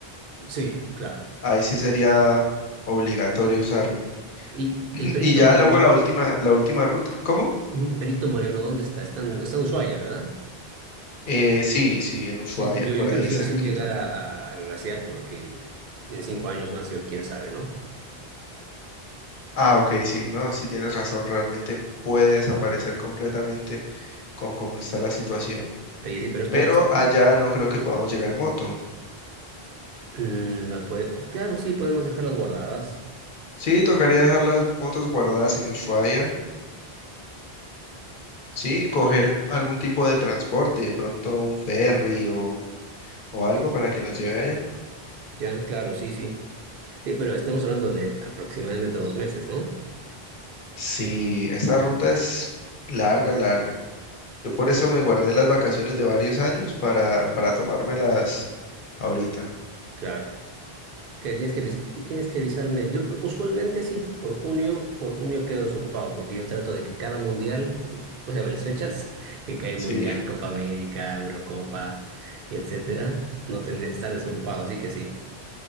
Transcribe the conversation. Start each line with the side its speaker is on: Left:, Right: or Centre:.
Right: Sí, claro.
Left: Ahí sí sería obligatorio usarlo.
Right: Y
Left: <laughs>
Right: el Perito
Left: Y ya
Right: Moreno,
Left: luego la última, la última ruta. ¿Cómo?
Right: ujú, Perito Moreno, ¿dónde está? Está en, está en Ushuaia, ¿verdad?
Left: Eh, sí, sí, en Ushuaia,
Right: Sí, yo,
Left: por
Right: yo quiero
Left: ahí
Right: sí
Left: cerquita.
Right: o sí llegar a, a- al glaciar porque en cinco años más yo, quién sabe, ¿no?
Left: Ah, ok, sí, no, sí tienes razón, realmente puede desaparecer completamente con cómo está la situación.
Right: Oye, sí, pero esto,
Left: Pero allá no creo que podamos llegar en moto.
Right: Mm, va a poder- pues claro, sí, podemos dejarlas guardadas.
Left: Sí, tocaría dejar las motos guardadas en Ushuaia, sí, y coger algún tipo de transporte, de pronto un ferry o, o algo para que nos lleve allá.
Right: Ya, claro, sí, sí. Sí, pero estamos hablando de aproximadamente dos meses, ¿no?
Left: Sí, esa ruta es larga, larga. Yo por
Right: Sí,
Left: eso me guardé las vacaciones de varios años para, para tomármelas ahorita.
Right: claro. Que tienes que, avis- que tienes que avisarme. Yo usualmente sí, por junio, por junio quedo desocupado, porque yo trato de que cada mundial, o sea, las fechas, <laughs> que cae Mundial,
Left: Sí.
Right: Copa América, Eurocopa, y etcétera, no tener, estar desocupado, así que sí.